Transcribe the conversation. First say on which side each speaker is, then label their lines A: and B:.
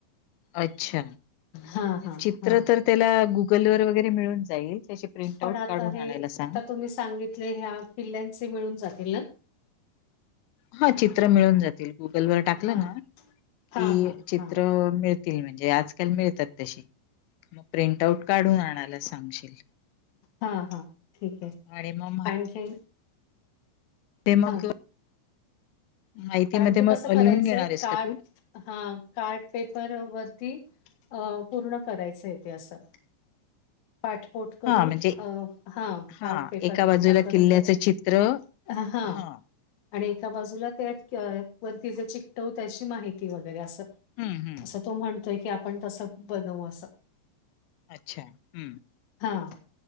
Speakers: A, on the left (about 80°); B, on the left (about 60°).
A: अच्छा
B: हां, हां,
A: चित्र
B: हां.
A: तर त्याला गु - कलर वगैरे मिळून जाईल त्याचे प्रिंट
B: पण
A: आउट
B: आता
A: काढून
B: हे
A: आणायला सांग.
B: आता तुम्ही सांगि. तर ह्या पिलांचे मिळून जातील ना.
A: हा चित्रं मिळून जातील गुगलवर टाकलं
B: हां.
A: ना की
B: हां, हां,
A: चित्रं
B: हां.
A: मिळ तील म्हणजे आजकाल मिळतात तशी मग प्रिंट आउट काढून आणायला सांगशील.
B: हा हा ठीक आहे
A: आणि मग
B: आणखीन
A: ते मग
B: हां.
A: माहितीमध्ये
B: कारण ते
A: मग
B: कसं करायचंय
A: लिहून घेणार आहेस
B: कार्ट
A: का तू?
B: हा कार्ट पेपर वरती अ पूर्ण करायचंय तेे असं. पाठपोठ करून
A: हा म्हणजे
B: अ हा
A: हा
B: कार्ट पेपर
A: एका
B: मोठा
A: बाजूला
B: करून
A: किल्ल्याचं
B: त्याच्या
A: चित्र
B: अ हां
A: हा
B: आणि एका बाजूला त्या वरती जे चिकटवु त्याची माहिती वगैरे असं.
A: हम्म हम्म
B: असं तो म्हणतोय की आपण तस बनवू असं.
A: अच्छा हम्म.
B: हा हा